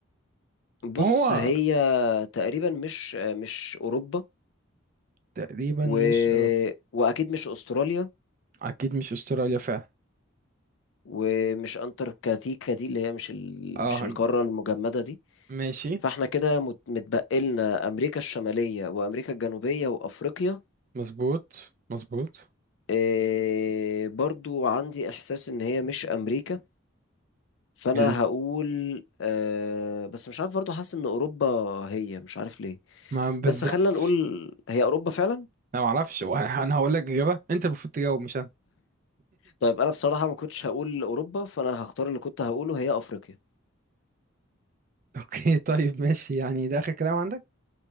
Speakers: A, on the left; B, on the right.
A: بص
B: وهو
A: هي تقريبا مش مش اوروبا
B: تقريبا
A: و...
B: مش أوروبا
A: واكيد مش استراليا
B: أكيد مش أستراليا فعلا
A: ومش انتاركتيكا دي اللي هي مش ال...
B: اه
A: مش القاره المجمده دي
B: ماشي
A: فاحنا كده مت... متبقي لنا امريكا الشماليه وامريكا الجنوبيه وافريقيا
B: مظبوط مظبوط
A: إيه... برضو عندي احساس ان هي مش امريكا فانا
B: ال-
A: هقول أه بس مش عارف برضو حاسس ان اوروبا هي مش عارف ليه
B: ما بالظبط
A: بس خلينا نقول هي اوروبا فعلا
B: أنا معرفش هو أنا أنا هقول لك إجابة أنت المفروض تجاوب مش أنا
A: طيب انا بصراحة ما كنتش هقول اوروبا فانا هختار اللي كنت هقوله هي افريقيا
B: أوكي طيب ماشي يعني ده آخر كلام عندك